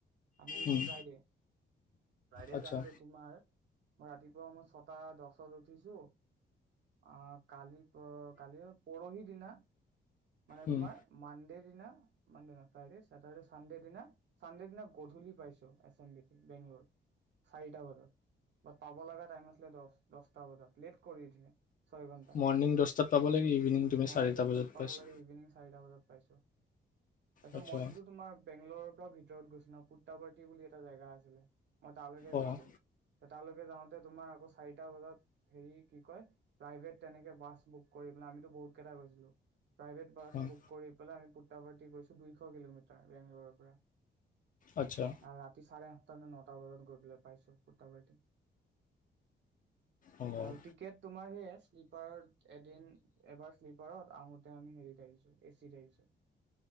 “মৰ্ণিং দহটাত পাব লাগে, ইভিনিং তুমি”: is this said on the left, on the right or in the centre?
Left